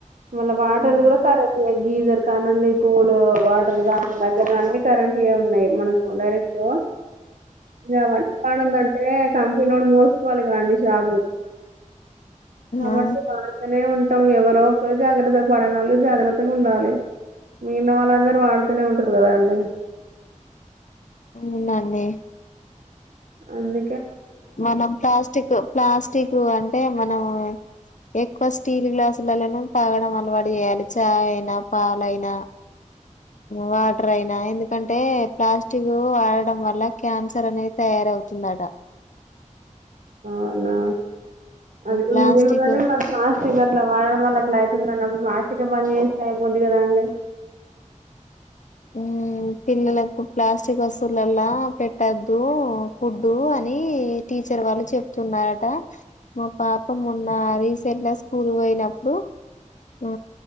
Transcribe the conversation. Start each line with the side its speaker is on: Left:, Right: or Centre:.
Right: మళ్ళ వాటర్
Left: ఉమ్
Right: ద కూడా సరా గీజర్ కానం పూలు వాటర్ ద దగ్గర అన్నీ కరెంట్ ఇవ ఉన్నాయి మనకు డైరెక్ట్ ఇకా అవన్నీ వాడుందంటే కంపెనీడు మోసుకోవాలి కాండి జాబు కాబట్టి
Left: ఆ
Right: వాడుతనే ఉంట మం ఎవరో జాగ్రత్త పడన వాళ్ళు జాగ్రత్తగా ఉండాలి మిగిలిన వాళ్ళందరూ వాడుతూనే ఉంటారు కదా అండి
Left: <inaudible> నన్నే
Right: అందు
Left: మనం ప్లాస్టిక్ ప్లాస్టిక్ అన్ అంటే మనం ఎక్కువ స్టీల్ గ్లాసులలోనే తాగడం అలవాటు చేయాలి చాయ్ అయినా పాాలయినా వాటర్ అయినా ఎందుకంటే ప్లాస్టిక్ వాడడం వల్ల క్యాన్సర్ అనేది తయారవుతుందట
Right: అనా అది కూడా
Left: ప్లాస్టిక్
Right: నిజమే గానీ మా <inaudible> అట్లా వాడడం వల్ల అట్లా అవుతుందండి అది ప్లాస్టిక్ పని చేస్తే అయిపోద్ది కదాండి
Left: ఊ పిల్లలకు క్లాస్ చ్చి వస్తువులల్లా పెట్టద్దు ఫుడ్డు అని టీచర్ వాళ్ళు చెప్తున్నారట మా పాప మున్నారి సర్లా స్కూల్ పోయినప్పుడు ఆ